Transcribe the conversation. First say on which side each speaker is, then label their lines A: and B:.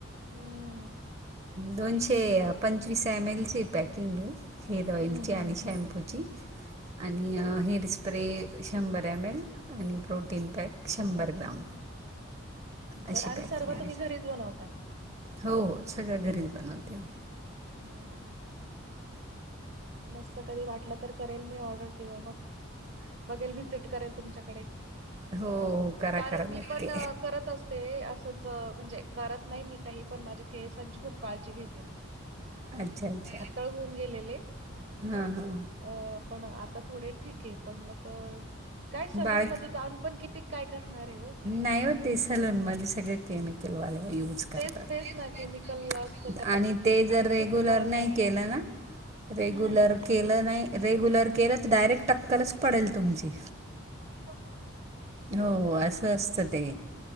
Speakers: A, on the right; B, on the right.
A: हम्म.
B: दोनशे पंचवीस एम एल ची पॅकिंग आहे. हेअर ऑइल
A: हम्म हम्म
B: आणि
A: हम्म
B: श्यॉमपूची आणि हेअर स्प्रे शंभर एम एल आणि प्रोट तीन पॅक शंभर ग्राम. अशी
A: बर आणि
B: पॅकिंग
A: सर्व
B: आहे.
A: तुम्ही घरीच बनवता?
B: हो हो सगळ्या घरीच बनवते मी.
A: बर मस्त कधी वाटलं तर, करेल मी ऑर्डर किंवा मग बघेल विजिट करेल तुमच्याकडे.
B: हो हो करा
A: कारण
B: करा
A: मी
B: नक्की.
A: पण करत अस ते, असंच म्हणजे करत नाही मी काही, पण माझ्या केसांची खूप काळजी घेते मी.
B: अच्छा अच्छा.
A: बघुन गेलेले.
B: हा हा.
A: अ पण आता थोडे ठीक आहे, पण मग काय सलून
B: बाळ
A: मध्ये जाऊन पण किती काय करणार ये ओ.
B: नाही हो, ते सलून मध्येे सगळ केमिकल वाले यूज
A: तेच
B: करतात
A: तेच ना केमिकल असतं त्यात
B: आणि ते जर
A: आणि खूप
B: रेग्युलर
A: गळतात
B: नाही केलं
A: मग.
B: ना. रेग्युलर
A: हम्म.
B: केलं नाही, रेग्युलर केलं तर, डायरेक्ट टक्कलच पडेल तुमची.
A: हो.
B: हो असं असतं ते.